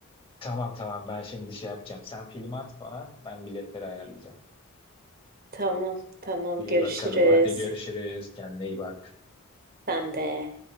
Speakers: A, on the left (about 25°); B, on the right (about 45°).
A: Tamam tamam ben şimdi şey yapacağım. Sen filmi at bana, ben biletleri ayarlayacağım.
B: Tamam tamam
A: İyi
B: görüşürüz.
A: bakalım. Hadi görüşürüz. Kendine iyi bak.
B: Sen de.